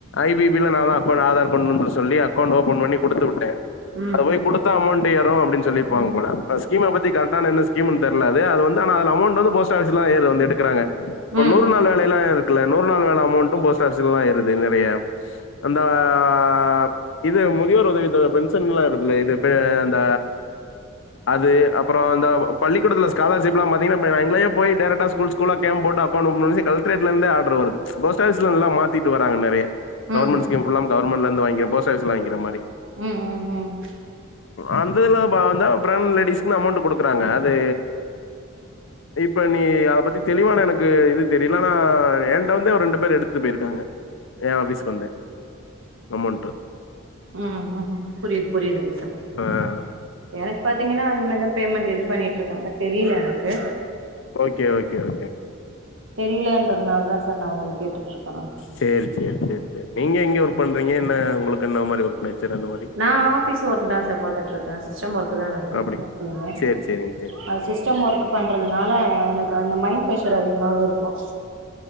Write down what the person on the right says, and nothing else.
ம்
ம் ம்
ம்
ம் ம்
உம் புரியுது புரியுதுங்க சார்
எனக்கு பாத்தீங்கன்னா அந்த மாதிரிதான் பேமெண்ட் எது பண்ணிட்டு இருக்காங்க தெரியல எனக்கு
தெரியலன்றதுனால தான் சார் நான் உங்கள கேட்டுட்டு இருக்றேன்
நான் ஆபீஸ் ஒர்க் தான் சார் பாத்துட்டு இருக்கேன் சிஸ்டம் ஒர்க்கு தான் நானு
<unintelligible>
அது சிஸ்டம் ஒர்க்குப் பண்றதுனால எனக்கு அந்த மைண்ட் ப்ரஷர் அதிகமாவும் இருக்கும்